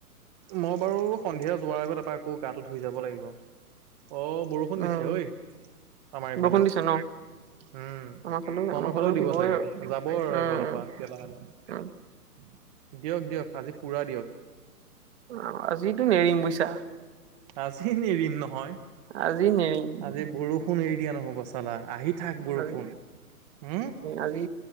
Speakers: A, on the right; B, on the right.
A: মই বাৰু সন্ধিয়া যোৱাৰ আগত এপৰা আকৌ গাটো ধুই যাব লাগিব। অ, বৰষুণ
B: উম
A: দিছে ঐ আমাৰ এইফালে।
B: বৰষুণ দিছে
A: উম,
B: ন আমাৰ ফালেও
A: তহতৰ
B: আমাৰ
A: ফালেও দিব
B: দিবই
A: চাগে
B: আৰু।
A: যাব আৰু
B: উম
A: এইফালৰ পৰা <inaudible> লাহে লাহে।
B: উম
A: দিয়ক দিয়ক আজি পুৰা দিয়ক।
B: অ, আজিতো নেৰিম বুইছা।
A: আজি এৰিম নহয়
B: আজি নেৰিম।
A: আজি বৰষুণ এৰি দিয়া নহব চালা। আহি থাক বৰষুণ।
B: আজি
A: উম,
B: আজি